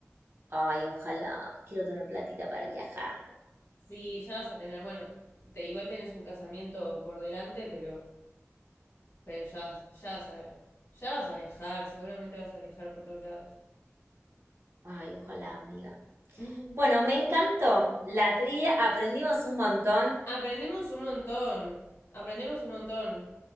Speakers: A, on the right; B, on the left.
A: ay, ojalá, quiero tener platita para viajar,
B: Sí, ya vas a tener, bueno, te, igual tenés un casamiento por delante, pero... Pero ya, ya vas a ver. Ya vas a viajar, seguramente vas a viajar por todos lados.
A: ay, ojalá, amiga.
B: Ujú.
A: Bueno, me encantó la tría, aprendimos un montón.
B: Aprendemos un montón. Aprendemos un montón.